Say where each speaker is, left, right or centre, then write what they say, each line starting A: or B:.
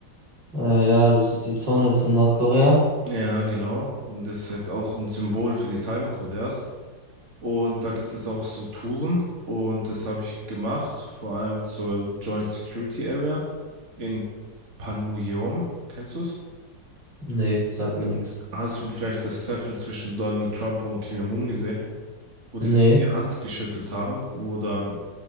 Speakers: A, on the right (about 70°); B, on the right (about 40°).
A: Äh, ja, das ist die Zone zu Nordkorea.
B: Ja, genau. Und das ist halt auch ein Symbol für die Teilung Koreas. Und da gibt es auch so Touren und das habe ich gemacht, vor allem zur Joint Security Area in Panmunjom. Kennst du es?
A: Nee, sagt mir nichts.
B: Hast du vielleicht das Treffen zwischen Donald Trump und Kim Jong-un gesehen, wo
A: Nee,
B: die sich die Hand geschüttelt haben, wo dann